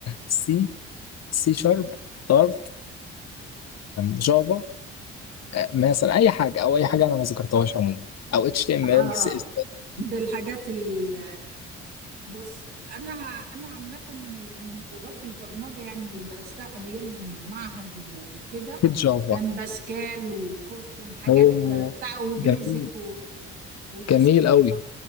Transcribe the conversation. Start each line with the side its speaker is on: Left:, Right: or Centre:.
Left: سي <laughs> سي شارب دارت جافا آه، مثلا اي حاجه او اي حاجه انا ما ذكرتهاش عموما او اتش تي ام ال
Right: اه
Left: سي اس اس،
Right: ده الحاجات ال بص انا انا عامة ال- من لغات البرمجة يعني اللي درستها ايام المعهد وكده
Left: اكيد جافا
Right: كان باسكال وفورترن حاجات
Left: اوه
Right: بتاع وبيزك
Left: جميل
Right: و... وبيزك
Left: جميل
Right: كنت
Left: قوي